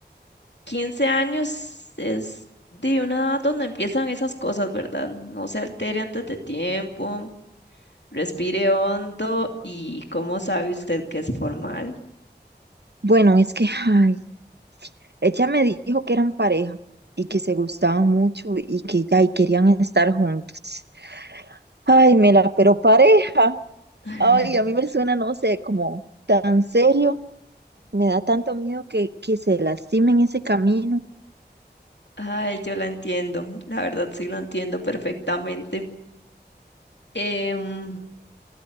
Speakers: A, on the left; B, on the right.
A: 15 años es de una edad donde empiezan esas cosas, ¿verdad? No se altere antes de tiempo, respire hondo y ¿cómo sabe usted que es formal?
B: Bueno, es que, ay, ella me dijo que eran pareja y que se gustaban mucho y que ya, y querían estar juntos. Ay, Mela, pero pareja,
A: <laughs>
B: ay, a mí me suena, no sé, como tan serio Me da tanto miedo que, que se lastimen ese camino.
A: Ay, yo la entiendo, la verdad sí la entiendo perfectamente. Em,